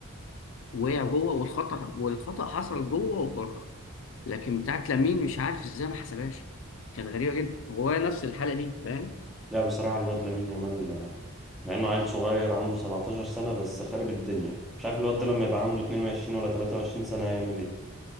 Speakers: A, on the left (about 65°); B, in the centre.
A: وقع جوه والخطا والخطا حصل جوه وبره لكن بتاعت لامين مش عارف ازاي ما حسبهاش كانت غريبه جدا وهو نفس الحاله دي فاهم
B: لا بصراحة الواد لامين يامال آه، مع انه عيل صغير عنده 17 سنة بس خارب الدنيا مش عارف الواد ده لما يبقى عنده 22 ولا 23 سنة هيعمل ايه